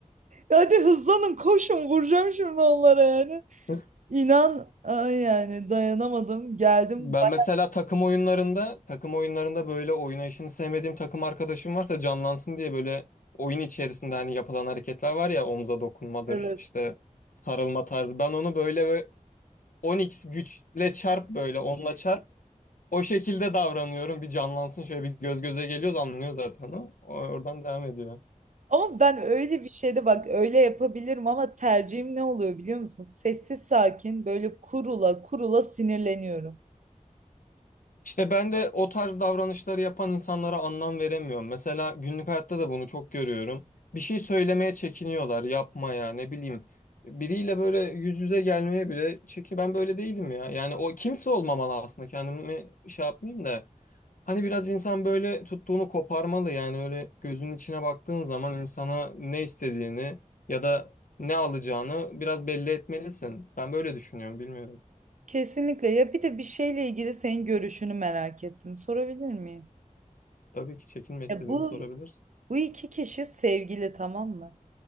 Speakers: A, on the right (about 65°); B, on the left (about 80°).
A: hadi hızlanın koşun vuracağım şimdi onlara yani.
B: <laughs>
A: İnan ay yani dayanamadım. Geldim.
B: Ben
A: Bak,
B: mesela takım oyunlarında takım oyunlarında böyle oynayışını sevmediğim takım arkadaşım varsa canlansın diye böyle oyun içerisinde hani yapılan hareketler var ya omza dokunmadır
A: evet.
B: işte sarılma tarzı ben onu böyle On x güçle çarp böyle onla çarp. O şekilde davranıyorum. Bir canlansın şöyle bir göz göze geliyoruz anlıyor zaten o. O- Oradan devam ediyor.
A: Ama ben öyle bir şeyde bak öyle yapabilirim ama tercihim ne oluyor biliyor musun? Sessiz sakin böyle kurula kurula sinirleniyorum.
B: İşte ben de o tarz davranışları yapan insanlara anlam veremiyorum. Mesela günlük hayatta da bunu çok görüyorum. Bir şey söylemeye çekiniyorlar, yapmaya, ne bileyim. Biriyle böyle yüz yüze gelmeye bile çeki ben böyle değilim ya. Yani o kimse olmamalı aslında kendimi şey yapmayayım da. Hani biraz insan böyle tuttuğunu koparmalı yani öyle gözünün içine baktığın zaman insana ne istediğini ya da ne alacağını biraz belli etmelisin. Ben böyle düşünüyorum, bilmiyorum.
A: Kesinlikle ya bir de bir şeyle ilgili senin görüşünü merak ettim. Sorabilir miyim?
B: Tabii ki çekinme istediğini
A: Ya bu
B: sorabilirsin.
A: bu iki kişi sevgili tamam mı?